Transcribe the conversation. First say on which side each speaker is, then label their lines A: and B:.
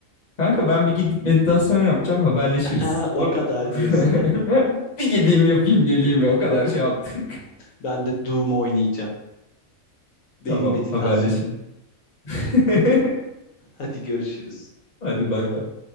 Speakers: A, on the left (about 35°); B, on the left (about 75°).
A: Kanka ben bir gidip meditasyon yapacağım haberleşiriz.
B: <laughs> Aha,
A: Olur
B: o
A: mu?
B: kadar
A: <laughs>
B: diyorsun ha.
A: Bir gideyim yapayım geleyim
B: Tamam
A: ya
B: abi.
A: o kadar şey yaptık.
B: Ben de Doom oynayacağım.
A: <laughs>
B: Benim
A: Tamam
B: meditasyonum.
A: haberleşelim. <laughs>
B: Hadi görüşürüz.
A: Hadi bay bay.